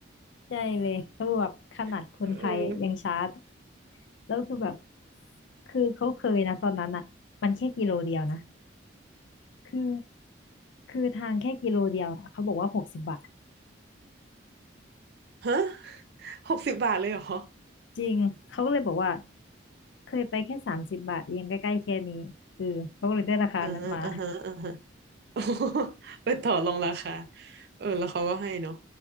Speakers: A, on the left; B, on the right.
A: ใช่เลยเขาบอกแบบขนาดคนไทยยังชาร์จ
B: <laughs> เออ
A: แล้วคือแบบคือเขาเคยนะตอนนั้นอ่ะมันแค่กิโลเดียวนะ คือคือทางแค่กิโลเดียวอะเขาบอกว่าหกสิบบาท
B: ฮะ หกสิบบาทเลยเหรอ
A: จริง เขาก็เลยบอกว่า เคยไปแค่สามสิบบาทเองใกล้ๆแค่นี้เออเขาก็เลยได้ราคานั้นมา
B: อ่าอ่าฮะอ่าฮะ <laughs> โอ้โหไปต่อรองราคา เออ แล้วเขาก็ให้เนาะ